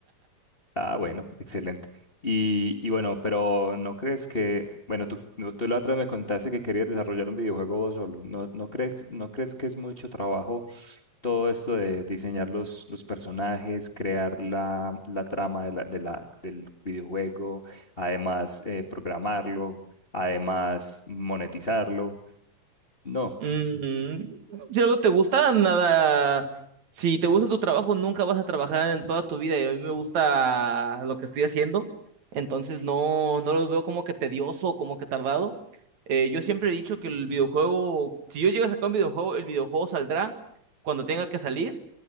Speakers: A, on the left; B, on the right.
A: Ah, bueno, excelente. Y, y bueno, pero ¿no crees que, bueno, tú, no, tú la otra vez me contaste que querías desarrollar un videojuego vos solo. ¿No, no crees, no crees que es mucho trabajo? todo esto de diseñar los, los personajes, crear la, la trama de la, de la, del videojuego, además eh, programarlo, además monetizarlo. No,
B: Mm, si algo te gusta, nada. Si te gusta tu trabajo, nunca vas a trabajar en toda tu vida. Y a mí me gusta lo que estoy haciendo. Entonces no, no lo veo como que tedioso, como que tardado. Eh, yo siempre he dicho que el videojuego, si yo llego a sacar un videojuego, el videojuego saldrá cuando tenga que salir